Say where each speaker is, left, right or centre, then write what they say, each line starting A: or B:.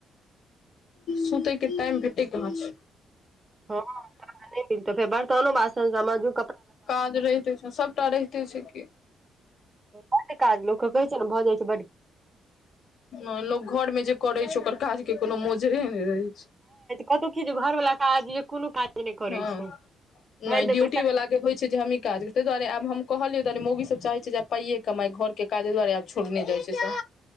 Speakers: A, on the left; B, on the right.
A: सुतयके टाईम भेटै कहाँ छै
B: हँ फेर त बरतनो बासन सब माजू
A: काज रहिते छै सभटा रहिते छै की
B: बड काज लोकके कहै छै ने भऽ जाई छै बड
A: नै लोक घर मे जे करै छै ओकर काज के कोनो मोजरे नहि रहै छै
B: कतौ कि घर वाला काज य कोनो काज नहि करै
A: हँ
B: छै भरि
A: नहि
B: दिन
A: ड्यूटी
B: बैसल
A: वला होइ छै हमी काज ता दुआरे आब हम कहलियौआ मौगी सब चाह छै जे पाइय कमाइ घर के काजे दुआरे आब छोड़ नहि जाइ छै से